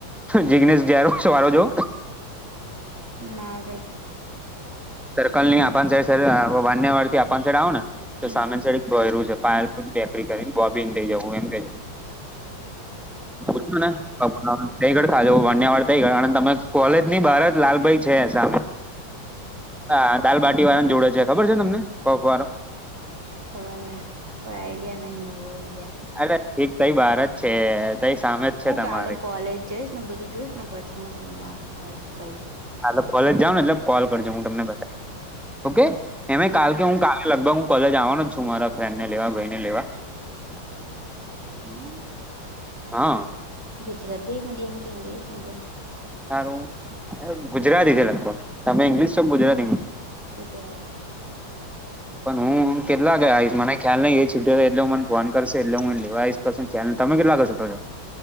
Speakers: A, in the centre; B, on the right.
A: જિગ્નેશ જાર છો વારો જો.
B: ના રે
A: સર્કલ નહી આપ સાઈડ વાન્યવાડથી આપણ સાઈડ આવ ને તો
B: હમ
A: સામેની સાઈડ ડોયરું છે પાલૂ બેકરી કરીને બોબીન લઈ જવું એમ કે <unintelligible> થઈ કરતા જ વાંડયાવાર થઈ ગયા. તમે કોલેજની બહાર જ લાલભાઈ છે સામે હા, દાલબાટી વાળાને જોડે છે ખબર છે તમને? કોક વાળો
B: ખબરને, કોઈ આઈડિયા નહી હોય.
A: અરે! એક તઈ બહાર જ છે. તઈ સામે જ છે
B: હું
A: તમારી
B: કાલે કોલેજ જઈશ, ને બધું જોઈશ ને પછી હું તમને કહીશ.
A: હા, કોલેજ જાઉને એટલે કોલ કરજો. હું તમને બતાવી ઓકે. એ
B: હમ
A: કાલ કે હું કાલે લગભગ હું કોલેજ આવવાનો જ છું. મારા ફ્રેન્ડ ને લેવા, ભાઈ ને લેવા.
B: હમ્મ
A: હા.
B: ગુજરાતી મીડિયમ કે ઇંગ્લિશ મીડિયમ?
A: તારું ગુજરાતી છે લગભગ તમે ઈંગ્લિશ છો ગુજરાતી
B: ગુજરાતી.
A: પણ હું કેટલા વાગે આઈશ મને ખ્યાલ નહી. એ છૂટે એટલે મને ફોન કરશે, એટલે હું લેવા આવીશ. પછી તમે કેટલા વાગે છુટો છો?